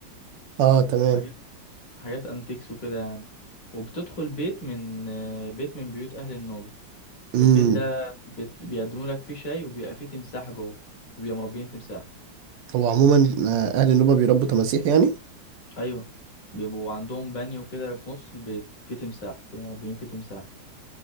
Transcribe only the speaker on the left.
حاجات حاجات انتيكس وكده يعني وبتدخل بيت من بيت من بيوت أهل النوبة
البيت ده بت... بيقدموا لك فيه شاي وبيبقى فيه تمساح جوه وبيبقى مربيين تمساح
أيوه بيبقوا عندهم بانيو كده في نص البيت فيه تمساح بيبقوا مربيين فيه تمساح